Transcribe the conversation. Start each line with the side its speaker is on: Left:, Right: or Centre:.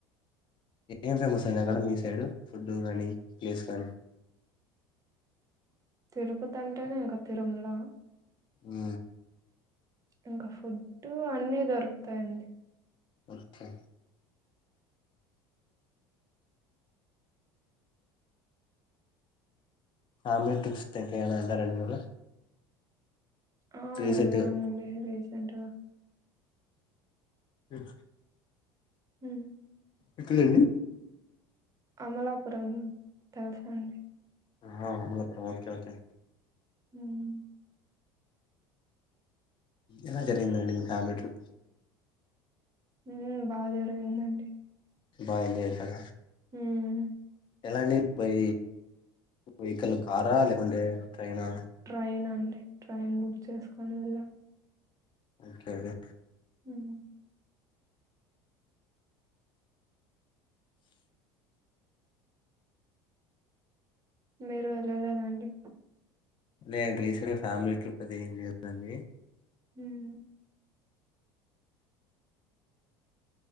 Left: ఏం ఫేమస్ అయింది అక్కడ మీ సైడ్ ఫుడ్డు కానీ ప్లేస్ కానీ
Right: తిరుపతి అంటేనే ఇంకా తిరుమల
Left: ఆ
Right: ఇంకా ఫుడ్ అన్నీ దొరుకుతాయండి
Left: ఓకే ఫ్యామిలీ ట్రిప్స్ ఎటు ఐనా వెళ్ళారండి మీరు
Right: ఆ
Left: రీసెంట్
Right: వెళ్ళానండి
Left: గా
Right: రీసెంట్ గా
Left: స
Right: హ్మ్
Left: ఎక్కడండి
Right: అమలాపురం తెలుసా అండి
Left: ఆ అమలాపురం ఓకే ఓకే
Right: హ్మ్
Left: ఎలా జరిగిందండి ఫ్యామిలీ ట్రిప్
Right: మ్ బాగా జరిగిందండి
Left: బాగ ఎంజాయ్ చేసార
Right: ఉమ్
Left: ఎలాంటి బై వెహికల్ కారా లేకుంటే ట్రైనా
Right: ట్రైన్ అండి ట్రైన్ బుక్ చేసుకోని వెళ్ళాం
Left: ఓకే కే
Right: హ్మ్ మీరు వెల్లలేదా అండి
Left: నేను రీసెంట్ గా ఫ్యామిలీ ట్రిప్ అది ఏం లేదు అండి
Right: ఉమ్